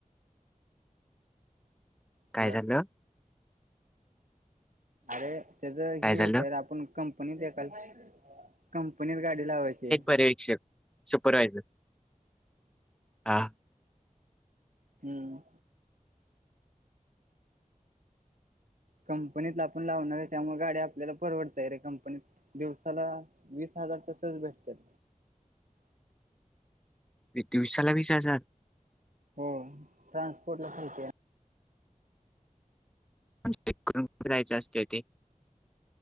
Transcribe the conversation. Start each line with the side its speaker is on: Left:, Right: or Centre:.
Centre: काय
Right: हॅलो
Centre: झालं
Right: अरे त्याचं
Centre: काय
Right: ही
Centre: झालं?
Right: होत आहे र आपण कंपनीत एकाल कंपनीत गाडी लावायची
Centre: प्रेक्षक सुपरवायझर. हा.
Right: हम्म. कंपनीत आपण लावणारय. त्यामुळे गाडी आपल्याला परवडतय रे, कंपनीत. दिवसाला, वीस हजार सहज भेटत्यात.
Centre: <unintelligible> शाला वीस हजार!
Right: हो. ट्रान्सपोर्टला <unintelligible>
Centre: चेक करून <unintelligible> रायच असते ते.